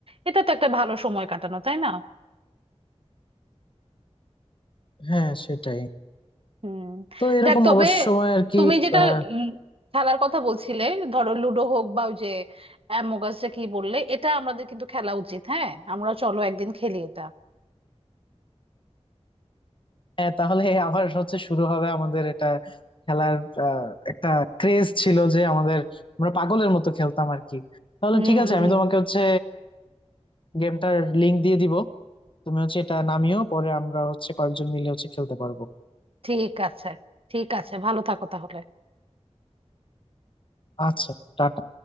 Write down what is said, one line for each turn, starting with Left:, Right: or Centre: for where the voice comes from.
Right: এটা তো একটা ভালো সময় কাটানো তাই না
Left: হ্যাঁ সেটাই
Right: হুম
Left: তো এরকম
Right: যাক তবে
Left: অবসর সময় আর কি
Right: তুমি যেটা
Left: আহ,
Right: উম খেলার কথা বলছিলে ধরো লুডো হোক বা ওই যে অ্যামোগাসটা কি বললে এটা আমাদের কিন্তু খেলা উচিত হ্যাঁ আমরা চলো একদিন খেলি এটা
Left: হ্যাঁ তাহলে আবার হচ্ছে শুরু হবে আমাদের এটা খেলার আহ, একটা ক্রেজ ছিল যে আমাদের আমরা পাগলের মতো খেলতাম আর কি তাহলে
Right: হুম
Left: ঠিক আছে
Right: হুম,
Left: আমি
Right: হুম।
Left: তোমাকে হচ্ছে গেমটার লিংক দিয়ে দিব তুমি হচ্ছে এটা নামিও পরে আমরা হচ্ছে কয়েকজন মিলে হচ্ছে খেলতে পারবো
Right: ঠিক আছে ঠিক আছে ভালো থাকো তাহলে
Left: আচ্ছা টাটা